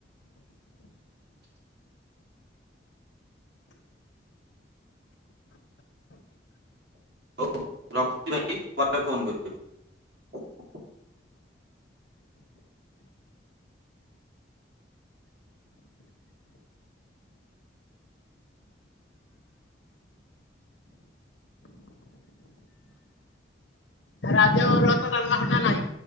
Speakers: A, on the right (about 60°); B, on the left (about 85°).
A: ହଉ ରଖୁଛି ଭାଇ ପରେ ଫୋନ୍ କରିବି।
B: ଆଜି ଆଉ ଅରୁଆ ଭାତ, ଡଲମା ଖଟା ନାହିଁ?